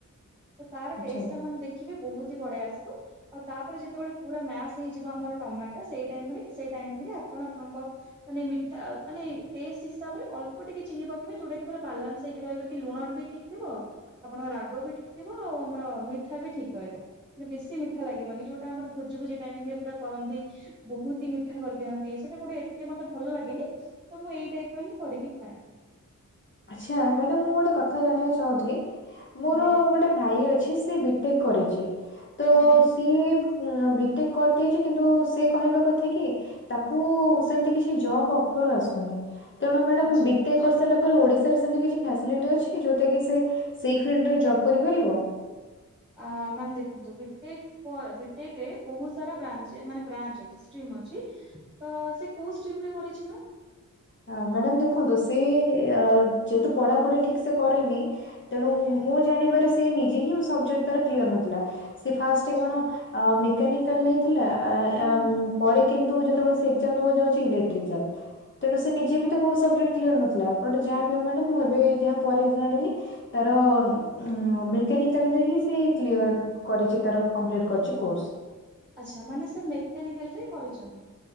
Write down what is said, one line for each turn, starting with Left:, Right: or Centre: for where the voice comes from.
Right: ତ ତାର
Left: ଆଚ୍ଛା
Right: ଟେଷ୍ଟ ଟା ମ୍ୟାମ ଦେଖିବେ ବହୁତ ହି ବଢିଆ ଆସିବ। ଆଉ ତାପରେ ଯେତବଳେ ପୁରା ମାସ ହେଇଯିବ ଆମର ଟମାଟ ସେଇ ଟାଇମରେ ସେ ଟାଇମରେ ଆପଣ ଆପଣଙ୍କ ମାନେ ମିଠା ମାନେ ଟେଷ୍ଟ ହିସାବରେ ଅଳ୍ପ ଟିକେ ଚିନି ପକେଇବେ ଯୋଉଟା କି ତାର ବାଲାନ୍ସ ହେଇକି ରହିବ କି ଲୁଣ ବି ଠିକ ଥିବ। ଆପଣଙ୍କ ରାଗ ବି ଠିକ୍ ଥିବ ଆଉ ଆମର ମିଠା ବି ଠିକ ରହିବ। ବେଶୀ ମିଠା ଲାଗିବନି ଯୋଉଟା ଆମର ଭୋଜି ଭୋଜି ଟାଇମିଙ୍ଗ ରେ ପୁରା କରନ୍ତି। ବହୁତ ହି ମିଠା କରିଦିଅନ୍ତି ସେଇଟା ଗୋଟେ ଏତେ ମତେ ଭଲ ଲାଗେନି। ତ ମୁଁ ଏଇ ଟାଇପ ର ହିଁ କରିକି ଖାଏ।
Left: ଆଚ୍ଛା ମ୍ୟାଡାମ ମୁଁ ଗୋଟେ କଥା ଜାଣିବାକୁ ଚାହୁଁଥିଲି ମୋର
Right: ଆଜ୍ଞା
Left: ଗୋଟେ ଭାଇ ଅଛି ସେ ବିଟେକ କରୁଚି ତ
Right: ଆଜ୍ଞା
Left: ସିଏ ମ୍ ବିଟେକ୍ କରିଦେଇଚି କିନ୍ତୁ ସେ କହିବା କଥା କି ତାକୁ ସେମିତି କିଛି ଜବ ଅଫର ଆସୁନି ତେଣୁ ମ୍ୟାଡାମ
Right: ଆଚ୍ଛା।
Left: ବିଟେକ କରିସାରିଲା ପରେ ଓଡିସ ସା ରେ ସେମିତି କିଛି ଫ୍ୟାସିଲିଟି ଅଛି ଯଉଟାକି ସେ ସେଇ ଫିଲ୍ଡରେ ଜବ କରିପାରିବ?
Right: ଆ ମ୍ୟାାମ ଦେଖନ୍ତୁ ବିଟେକ ପ ବିଟେକ ରେ ବହୁତ ସାରା ବ୍ରାଞ୍ଚେ ମାନେ ବ୍ରାଞ୍ଚ ଅଛି। ଷ୍ଟ୍ରିମ ଅଛି ତ ସେ କୋଉ ଷ୍ଟ୍ରିମ ରେ କରିଚି ମ୍ୟାମ?
Left: ଆ ମ୍ୟାଡାମ ଦେଖନ୍ତୁ ସେ ଅ ଯେହେତୁ ପଢାପଢି ଠିକ ସେ କରେନି ତେଣୁ
Right: ଆଜ୍ଞା
Left: ମୁଁ ଜାଣିବାରେ ସେ ନିଜେ ହିଁ ସବଜେକ୍ଟ ତାର କ୍ଳିଅର ନଥିଲା ସେ ଫାଷ୍ଟେ
Right: ଆଚ୍ଛା
Left: କଣ ଆ ମେକାନିକାଲ ନେଇଥିଲା ଆ
Right: ହୁଁ
Left: ଆ ମ୍ ପରେ କିନ୍ତୁ ଯେତେବେଳେ ସେ ଏକ୍ଜାମ ଦବାକୁ ଯାଉଚି ଇଲେଟ୍ରିକାଲ। ତେଣୁ ସେ ନିଜେ ବି ତ କୋଉ ସବଜେକ୍ଟ କ୍ଳିଅର ନଥିଲା ବଟ ଯାହା ବି ହଉ ମାଡାମ ମୁଁ ଏବେ ଯାହା ପରେ ଯାଣିଲି ତାର ଉଁ ମେକାନିକାଲରେ ହିଁ ସେ କ୍ଳିଅର କରିଚି ତାର କମ୍ପ୍ଲିଟ କରିଚି କୋର୍ଷ।
Right: ଆଚ୍ଛା ମାନେ ସେ ମେକାନିକାଲ ରେ କରିଚନ୍ତି